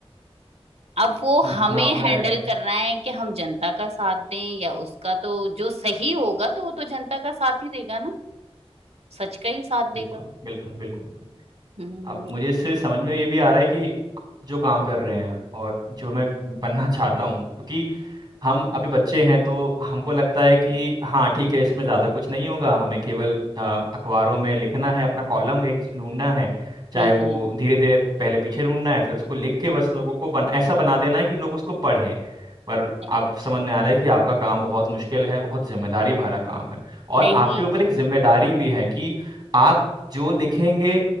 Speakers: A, on the right (about 80°); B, on the right (about 40°).
A: अब वो हमें
B: जितना आपने
A: हैंडल करना है कि हम जनता का साथ दें या उसका तो जो सही होगा तो वो तो जनता का साथ ही देगा ना सच का ही साथ देगा
B: बिल्कुल बिल्कुल बिल्कुल बिल्कुल
A: हम्म
B: अब मुझे इससे समझ में ये भी आ रहा है कि आप जो काम कर रहे हैं और जो मैं बनना चाहता हूँ क्योंकि हम अभी बच्चे हैं तो हमको लगता है कि हाँ ठीक है इसमें ज़्यादा कुछ नहीं होगा हमें केवल अ, अखबारों में लिखना है अपना कॉलम एक ढूंढना है चाहे
A: नहीं
B: वो धीरे धीरे पहले पीछे ढूंढना है फिर उसको लिख के बस लोगों को बन ऐसा बना देना है कि लोग उसको पढ़ें पर
A: नहीं
B: आप समझ में आ रहा है कि आपका काम बहुत मुश्किल है बहुत जिम्मेदारी भरा काम है और
A: नहीं
B: आपके ऊपर एक जिम्मेदारी भी है कि आप जो लिखेंगे